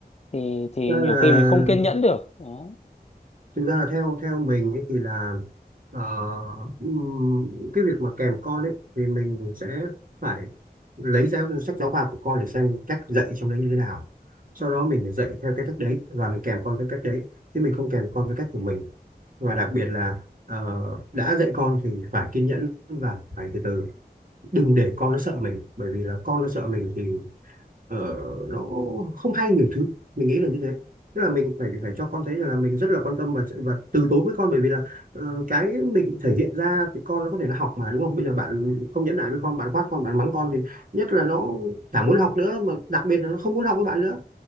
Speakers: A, on the left; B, on the right.
A: thì thì
B: thực ra
A: nhiều
B: là
A: khi mình không kiên nhẫn được đó
B: thực ra là theo theo mình ấy thì là ờ, ừm, cái việc mà kèm con ấy thì mình sẽ phải lấy giáo sách giáo khoa của con để xem cách dạy trong đấy như thế nào sau đó mình phải dạy theo cái cách đấy và mình kèm con theo cách đấy chứ mình không kèm con theo cách của mình và đặc biệt là ờ, đã dạy con thì phải kiên nhẫn và phải từ từ đừng để con nó sợ mình bởi vì là con nó sợ mình thì ờ, nó không hay nhiều thứ mình nghĩ là như thế tức là mình phải phải cho con thấy rằng là mình rất là quan tâm và và từ tốn với con bởi vì là ờ, cái mình thể hiện ra thì con nó có thể nó học mà đúng không bây giờ bạn không nhẫn nại với con bạn quát con bạn mắng con thì nhất là nó chẳng muốn học nữa mà đặc biệt là nó không muốn học với bạn nữa